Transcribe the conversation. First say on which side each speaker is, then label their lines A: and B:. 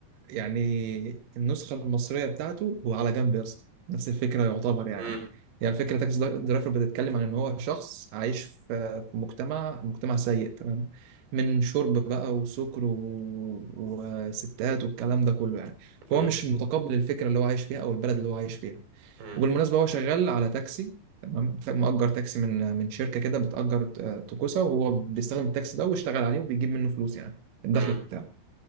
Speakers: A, on the right; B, on the right.
A: يعني النسخه المصريه بتاعته هو على جنب يا اسطى نفس الفكره يعتبر يعني
B: مم،
A: هي الفكره تاكسي در- درايفر بتتكلم عن ان هو شخص عايش في في مجتمع مجتمع سيء تمام من شرب بقى وسكر و... وستات والكلام ده كله يعني فهو
B: مم،
A: مش متقبل الفكره اللي هو عايش فيها او البلد اللي هو عايش فيها
B: مم،
A: وبالمناسبه هو شغال على تاكسي تمام مأجر تاكسي من من شركه كده بتأجر آه، توكوسا وهو بيستخدم التاكسي ده ويشتغل عليه وبيجيب منه فلوس يعني الدخل
B: مم،
A: بتاعه